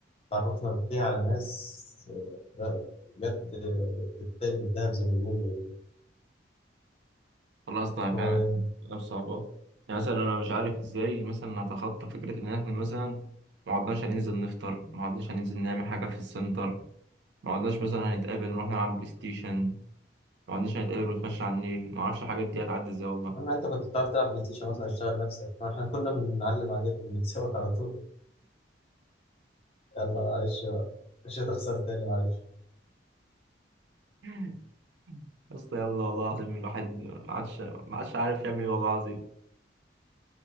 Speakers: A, on the left; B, on the right.
A: تعرفنا فيها على ناس لا، بجد آه، تتقل بالذهب زي ما بيقولوا يعني.
B: والله أصلا
A: و-
B: فعلا أيام صعبة يعني مثلا أنا مش عارف ازاي مثلا أتخطى فكرة إن احنا مثلا ما عدناش هننزل نفطر ما عدناش هننزل نعمل حاجة في السنتر ما عدناش مثلا هنتقابل نروح نلعب بلاي ستيشن ما عدناش هنتقابل ونتمشى على النيل ما أعرفش الحاجات دي هتعدي ازاي والله
A: أما أنت كنت بتعرف تلعب بلاي ستيشن مثلا اشتغل نفسك فإحنا كنا بنعلم عليك وبنتسابق على طول يلا معلش بقى. مش هتخسر تاني معلش
B: <laughs> يا اسطى يلا والله العظيم الواحد ما عادش ما عادش عارف يعمل ايه والله العظيم